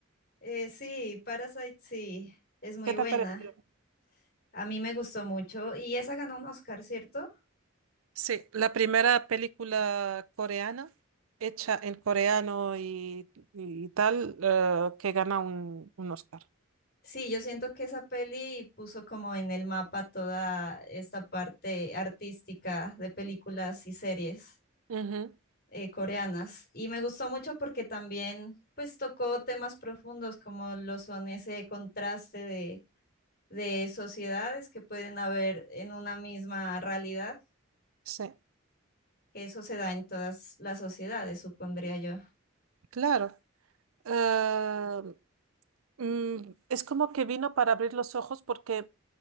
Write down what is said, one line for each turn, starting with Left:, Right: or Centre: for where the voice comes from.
Left: Eh, sí, Parasite sí, es muy
Right: ¿Qué
Left: buena.
Right: te ha parecido?
Left: A mí me gustó mucho y esa ganó un Oscar, ¿cierto?
Right: Sí, la primera película coreana hecha en coreano y, y tal eh, que gana un, un Oscar.
Left: Sí, yo siento que esa peli puso como en el mapa toda esta parte artística de películas y series
Right: Ujú,
Left: eh, coreanas. Y me gustó mucho porque también pues tocó temas profundos como lo son ese contraste de de sociedades que pueden haber en una misma realidad,
Right: Sí,
Left: que eso se da en todas las sociedades, supondría yo.
Right: claro. Eh, mm, es como que vino para abrir los ojos porque